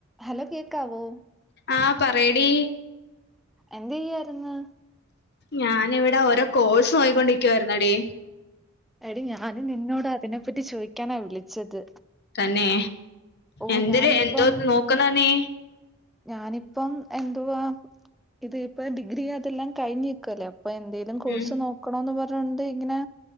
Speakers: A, in the centre; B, on the left (about 55°).
A: Hello കേക്കാവോ?
B: ആഹ് പറയെടി
A: എന്ത് ചെയ്യായിരുന്ന്?
B: ഞാനിവിടെ ഓരോ കോഴ്സ് നോക്കി ക്കൊണ്ടിരിക്കുവായിരുന്നെടീ.
A: എടി ഞാന് നിന്നോട് അതിനെപ്പറ്റി ചോയ്ക്കാനാ വിളിച്ചത്.
B: തന്നേ
A: ഓ
B: എന്തര്
A: ഞാനിപ്പം
B: എന്തോന്ന് നോക്കണ നീ
A: ഞാനിപ്പം എന്തുവാ ഇത് ഇപ്പ ഡിഗ്രി അതെല്ലാം കഴിഞ്ഞിക്കുവല്ലേ അപ്പൊ എന്തേലും കോഴ്സ്
B: ഉം
A: നോക്ക ക്കണോന്ന് പറഞ്ഞോണ്ട് ഇങ്ങനെ